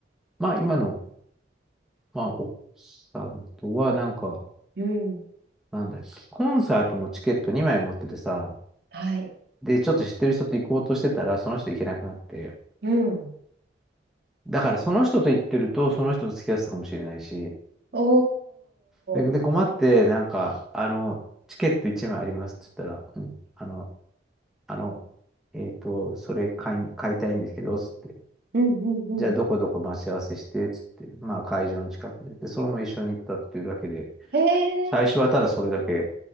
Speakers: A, in the centre; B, on the right (about 60°).
A: まあ、今の、まあ、奥さんとは、なんか、
B: うん。
A: なんだっけ、コンサートのチケット2枚持っててさ、
B: はい。
A: で、ちょっと知ってる人と行こうとしてたら、その人行けなくなって、
B: うん。
A: だから、その人と行ってると、その人と付き合ってたかもしれないし、
B: お
A: で、で困って、
B: ー。
A: なんか、あの、チケット1枚ありますって言ったら、うん、あの、あの、えっと、それ買い、買いたいんですけど、つって。
B: うんうんうん。
A: じゃあ、どこどこ待ち合わせして、つって。まあ、会場の近くで。で、そのまま一緒に行ったっていうだけで、
B: へえ。
A: 最初はただそれだけ、